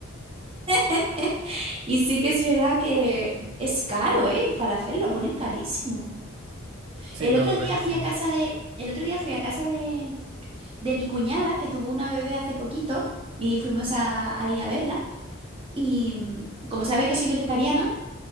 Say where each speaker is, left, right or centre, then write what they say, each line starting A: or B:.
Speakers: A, on the right; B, on the right.
A: <laughs> y sí que es verdad que es caro, ¿eh? El falafel lo ponen carísimo.
B: Sí,
A: El
B: la
A: otro
B: verdad
A: día
B: que
A: fui
B: sí.
A: a casa de, el otro día fui a casa de, de mi cuñada que tuvo una bebé hace poquito y fuimos a, ahí a verla. Y mm, como sabe que soy vegetariana,